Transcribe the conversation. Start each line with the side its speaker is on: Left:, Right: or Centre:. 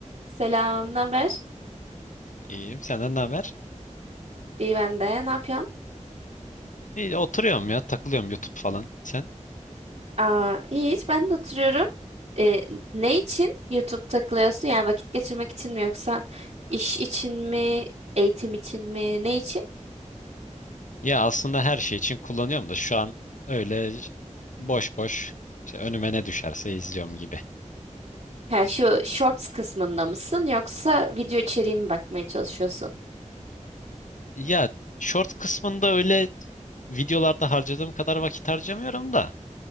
Right: Selam, naber?
Left: İyiyim. Senden ne haber?
Right: İyi ben de. Ne yapıyorsun?
Left: İyi, oturuyorum ya. Takılıyorum YouTube falan. Sen?
Right: Aa, iyi hiç ben de oturuyorum. Ee, ne için YouTube takılıyorsun? Yani vakit geçirmek için mi yoksa iş için mi, eğitim için mi, ne için?
Left: Ya aslında her şey için kullanıyorum da şu an öyle boş boş işte önüme ne düşerse izliyorum gibi.
Right: Ha, şu Shorts kısmında mısın yoksa video içeriği mi bakmaya çalışıyorsun?
Left: Ya short kısmında öyle videolarda harcadığım kadar vakit harcamıyorum da